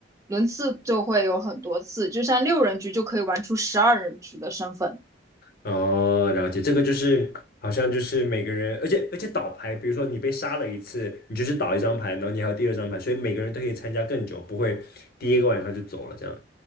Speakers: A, on the right; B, on the left.
A: 轮次就会有很多次，就像六人局就可以玩出十二人局的身份。
B: 哦，了解，这个就是好像就是每个人，而且而且倒牌，比如说你被杀了一次，你就是倒一张牌，然后你还有第二张牌，所以每个人都可以参加更久，不会第一个晚上就走了这样。